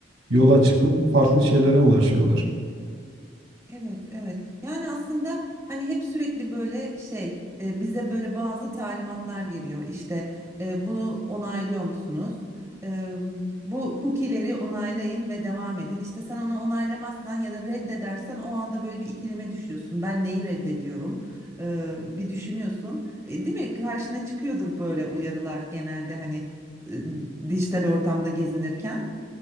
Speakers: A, on the right; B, on the right.
A: yola çıkıp farklı şeylere ulaşıyorlar.
B: Evet, evet. Yani aslında hani hep sürekli böyle şey e, bize böyle bazı talimatlar geliyor. İşte e, bunu onaylıyor musunuz? E, bu cookie'leri onaylayın ve devam edin. İşte sen onu onaylamazsan ya da reddedersen o anda böyle bir ikileme düşüyorsun. Ben neyi reddediyorum? E, bir düşünüyorsun. E, değil mi? Karşına çıkıyordur böyle uyarılar genelde hani e, dijital ortamda gezinirken.